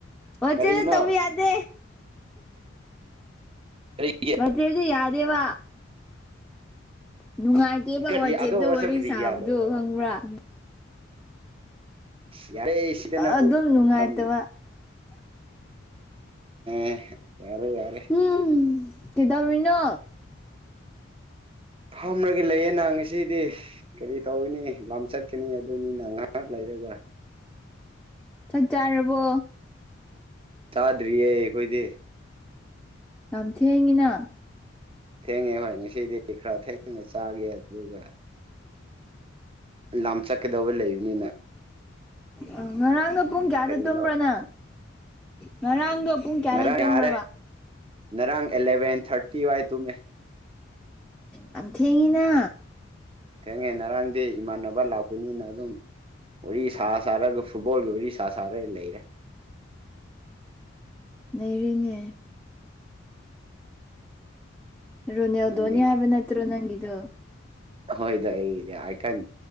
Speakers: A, in the centre; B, on the right.
A: ꯋꯥ
B: ꯀꯔꯤꯅꯣ
A: ꯆꯦꯞꯇ ꯇꯧꯕ ꯌꯥꯗꯦ
B: ꯀꯩꯒꯤ
A: ꯋꯥꯆꯦꯞꯇ ꯌꯥꯗꯦꯕ ꯅꯨꯡꯉꯥꯢꯇꯦꯕ
B: ꯀꯔꯤ
A: ꯋꯥꯆꯦꯞꯇ
B: ꯑꯗꯣ ꯋꯥꯆꯞ
A: ꯋꯥꯔꯤ
B: ꯀꯔꯤꯒꯤ
A: ꯁꯥꯕꯗꯣ
B: ꯌꯥꯗꯕꯅꯣ
A: ꯈꯪꯕ꯭ꯔꯥ ꯃꯦ__
B: ꯑꯁ ꯌꯥꯔꯦ ꯁꯤꯗꯅꯕꯨ
A: ꯑꯗꯨꯝ ꯅꯨꯡꯉꯥꯢꯇꯕ
B: ꯌꯥꯝ ꯑꯦꯍꯦ ꯌꯥꯔꯦ ꯌꯥꯔꯦ
A: ꯎꯝ ꯀꯩꯗꯧꯔꯤꯅꯣ
B: ꯐꯝꯔꯒ ꯂꯩꯌꯦꯅ ꯉꯁꯤꯗꯤ ꯀꯔꯤ ꯇꯧꯋꯤꯅꯤ ꯂꯝ ꯆꯠꯀꯅꯤ ꯑꯗꯨꯅꯤꯅ ꯉꯥꯢꯍꯥꯛ ꯂꯩꯔꯒ
A: ꯆꯥꯛ ꯆꯥꯔꯕꯣ
B: ꯆꯥꯗ꯭ꯔꯤꯌꯦ ꯑꯩꯈꯣꯢꯗꯤ
A: ꯌꯥꯝ ꯊꯦꯡꯉꯤꯅ
B: ꯊꯦꯡꯉꯦ ꯍꯣꯢ ꯉꯁꯤꯗꯤ ꯈꯔ ꯊꯦꯡꯅ ꯆꯥꯒꯦ ꯑꯗꯨꯒ ꯂꯥꯝ ꯆꯠꯀꯗꯧꯕ ꯂꯩꯕꯅꯤꯅ
A: ꯑꯥ ꯉꯔꯥꯡꯅ ꯄꯨꯡ ꯀꯌꯥꯗ
B: ꯀꯔꯤꯅꯣ
A: ꯇꯨꯝꯕ꯭ꯔꯥ ꯅꯪ ꯉꯔꯥꯡꯗꯣ ꯄꯨꯡ ꯀꯌꯥꯗ
B: ꯉꯔꯥꯡ
A: ꯇꯨꯝꯕ꯭ꯔꯕ
B: ꯌꯥꯔꯦ ꯉꯔꯥꯡ ꯑꯦꯂꯚꯦꯟ ꯊꯥꯔꯇꯤ ꯋꯥꯢ ꯇꯨꯝꯃꯦ
A: ꯌꯥꯝ ꯊꯦꯡꯉꯤꯅ
B: ꯊꯦꯡꯉꯦ ꯅꯔꯥꯡꯗꯤ ꯏꯃꯥꯟꯅꯕ ꯂꯥꯛꯄꯅꯤꯅ ꯑꯗꯨꯝ ꯋꯥꯔꯤ ꯁꯥ ꯁꯥꯔꯒ ꯐꯨꯠꯕꯣꯜꯒꯤ ꯋꯥꯔꯤ ꯁꯥ ꯁꯥꯔꯒ ꯂꯩꯔꯦ
A: ꯅꯩꯔꯦꯅꯦ ꯔꯣꯅꯦꯜꯗꯣꯅꯤ
B: ꯅꯪꯗꯤ
A: ꯍꯥꯢꯕ ꯅꯠꯇ꯭ꯔꯣ ꯅꯪꯒꯤꯗꯣ
B: ꯍꯣꯢ ꯗ ꯑꯩꯗꯤ ꯑꯥꯏꯀꯟ